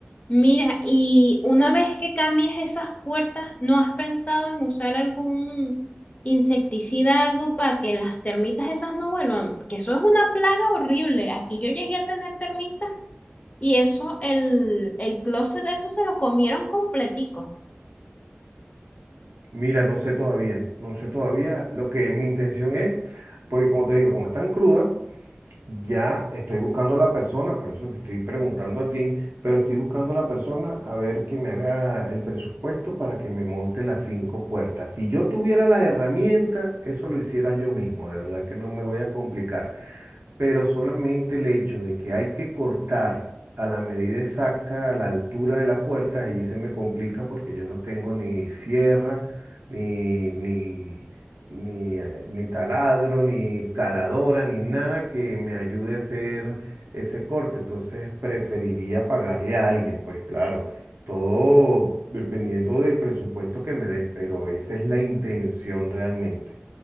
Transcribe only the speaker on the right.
Mira, no sé todavía, no sé todavía lo que mi intención es, porque como te digo, como están crudas, ya estoy buscando a la persona, por eso te estoy preguntando a ti, pero estoy buscando a la persona a ver que me haga el presupuesto para que me monte las cinco puertas. Si yo tuviera las herramientas, eso lo hiciera yo mismo, de verdad que no me voy a complicar. pero solamente el hecho de que hay que cortar a la medida exacta, a la altura de la puerta, ahí se me complica porque yo no tengo ni sierra, ni, ni, ni, eh, ni taladro, ni caladora, ni nada que me ayude a hacer ese corte. Entonces preferiría pagarle a alguien, pues claro, todo dependiendo del presupuesto que me des, pero esa es la intención realmente.